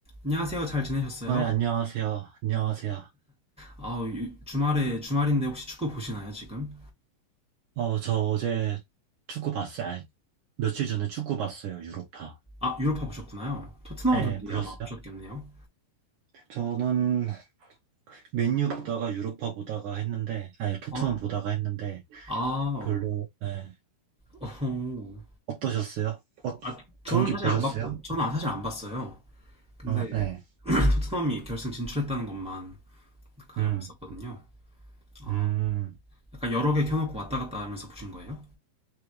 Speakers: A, in the centre; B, on the right.
A: 안녕하세요. 잘 지내셨어요?
B: 아, 네, 안녕하세요. 안녕하세요.
A: 아, 주말에 주말인데 혹시 축구 보시나요, 지금?
B: 어, 저 어제 축구 봤어요. 아니, 며칠 전에 축구 봤어요. 유로파.
A: 아, 유로파 보셨구나요. 토트넘
B: 네,
A: 경기
B: 보셨어요?
A: 아마 보셨겠네요.
B: 저는 맨유 보다가 유로파 보다가 했는데, 아니, 토트넘
A: 어,
B: 보다가 했는데,
A: 아, 어,
B: 별로, 네.
A: 어.
B: 어떠셨어요? 어,
A: 아, 저는
B: 경기
A: 사실
B: 보셨어요?
A: 안 봤고, 저는 아, 사실 안 봤어요. 근데
B: 어, 네.
A: <clears throat> 토트넘이 결승 진출했다는 것만 알고
B: 음,
A: 있었거든요. 아,
B: 음.
A: 약간 여러 개 켜놓고 왔다 갔다 하면서 보신 거예요?